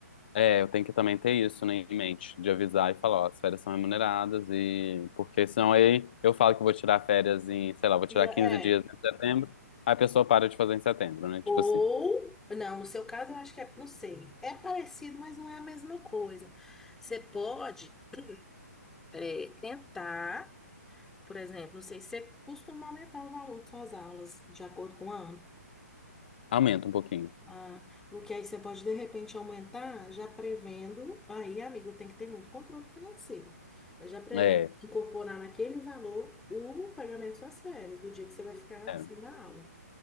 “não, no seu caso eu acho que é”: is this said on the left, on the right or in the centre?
Centre